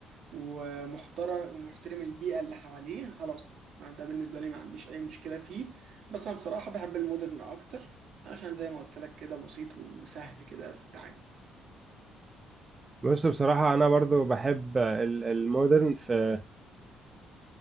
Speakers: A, on the right (about 65°); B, on the right (about 30°).
A: ومحترم ومحترم البيئة اللي حواليه خلاص ده بالنسبة لي ما عنديش أي مشكلة فيه بس أنا بصراحة بحب المودرن أكتر عشان زي ما قلت لك كده بسيط وسهل كده في التعامل
B: بص بصراحة أنا برضو بحب ال- المودرن في